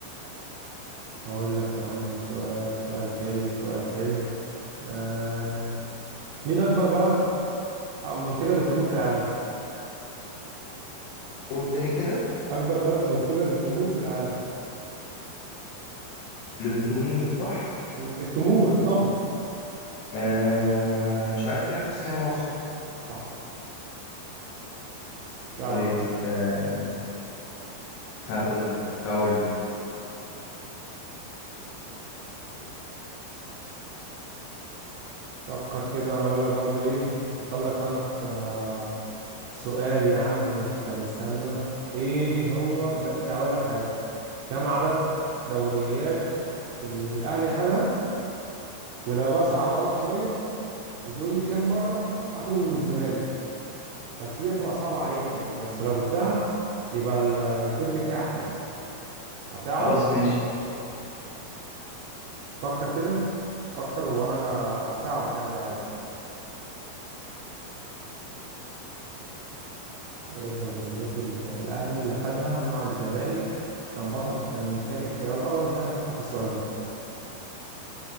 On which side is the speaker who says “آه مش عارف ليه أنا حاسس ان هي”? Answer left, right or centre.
Left